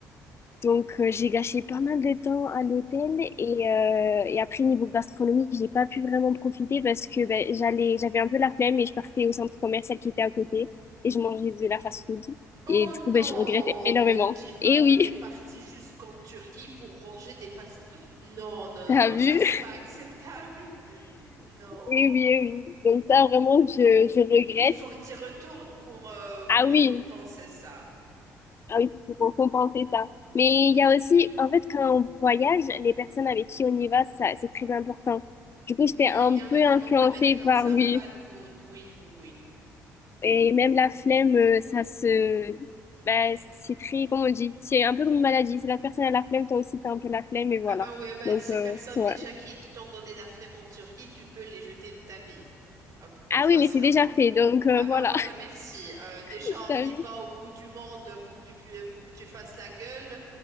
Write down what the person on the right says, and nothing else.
Oh
non,
ne me dis pas
que
t'es parti jusqu'en Turquie pour manger des fast <gasps> Non, non, non,
non,
ça c'est pas acceptable. <laughs> Non.
Mais il faut que tu retournes pour, euh, pour
récompenser
ça.
Oui,
il y
en a qui
vont te mettre dans
un
bad mood. Oui, oui, oui.
Ah ben oui, ah ben
ces
personnes
déjà qui, qui t'ont donné la flemme en Turquie, tu peux les jeter de ta vie. Euh, pour qu'on
soit
sûr.
Ah
ben voilà, merci. Euh, déjà,
on
y
va au bout du monde pour que tu pu- pour que tu fasses la gueule.